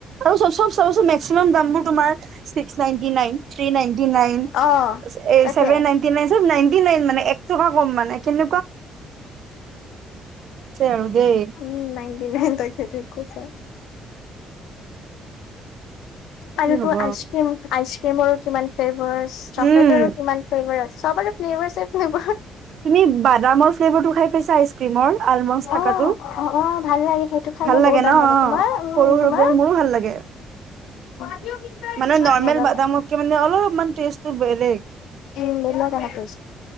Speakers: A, on the right; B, on the left.
A: আৰুব চাব চ মেক্সিমাম দামব তম্স নাইটি ন থ নি ন
B: অ'
A: চছেভেন
B: তাকে।
A: নাইন নাইনটি নাইনটি আৰু দেই
B: উম নাইনটি নাইনটা খে থ খুছ আৰু
A: কি হ'ব।
B: তোৰ আইচ ক্ৰীম আইচ ক্ৰীমৰ কিমান ফে চকলেটৰো
A: উম
B: কিমান ফ্লেভাৰ আছে সব আৰু ফ্ভাৰ ফ্ভাৰ
A: তুমি বাদামৰ ফ্ভাৰটো খাই পাইছে আইচ ক্ৰ্ৰীমৰ আলমছ
B: অ
A: থকা
B: অ অ ভাল লাগে সেইটো খাই
A: ভাল
B: মোৰ বহুত
A: লাগে ন
B: তোমাৰ উম
A: সৰু
B: তোমাৰ
A: সৰুকে মোৰো ভাল লাগে
B: <unintelligible>
A: মানে নৰ্মেল
B: নলে
A: বাদামতকে মানে অলপমান টেষ্টটো বেলেগ
B: উম নল আহে